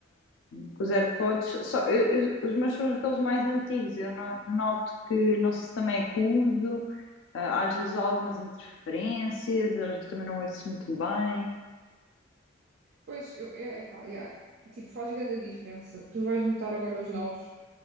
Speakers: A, on the left; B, on the right.
A: com os AirPods. Só, eu- eu- os meus são aqueles mais antigos. Eu no- noto que, não sei se também é que uso, ah, às vezes há algumas interferências, às vezes também não ouço muito bem.
B: Pois, eu, é, epá, yeah. Tipo, faz grande diferença. Tu vais notar agora os novos.